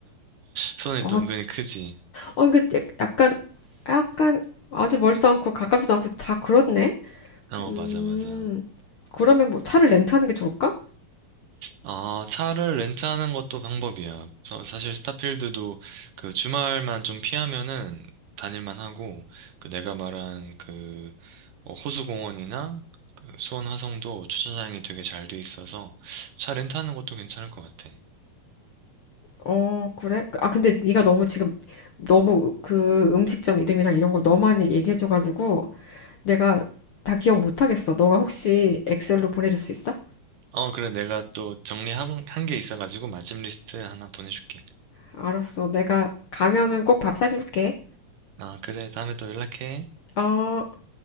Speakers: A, on the right; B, on the left.
A: 수원이
B: 어,
A: 또 은근히 크지.
B: 어, 그 약간 약간 아주 멀지도 않고 가깝지도 않고 다 그렇네.
A: 어,
B: 음,
A: 맞아, 맞아.
B: 그러면 뭐 차를 렌트하는 게 좋을까?
A: 아, 차를 렌트하는 것도 방법이야. 서- 사실 스타필드도 그 주말만 좀 피하면은 다닐만 하고, 그 내가 말한 그 어, 호수공원이나 그 수원 화성도 주차장이 되게 잘 돼 있어서 차 렌트하는 것도 괜찮을 것 같아.
B: 어, 그래? 아, 근데 네가 너무 지금 너무 그 음식점 이름이랑 이런 걸 너무 많이 얘기해줘가지고 내가 다 기억 못하겠어. 너가 혹시 엑셀로 보내줄 수 있어?
A: 어, 그래. 내가 또 정리한 한 게 있어가지고 맛집 리스트 하나 보내줄게.
B: 알았어. 내가 가면은 꼭 밥 사줄게.
A: 아, 그래. 다음에 또 연락해.
B: 어.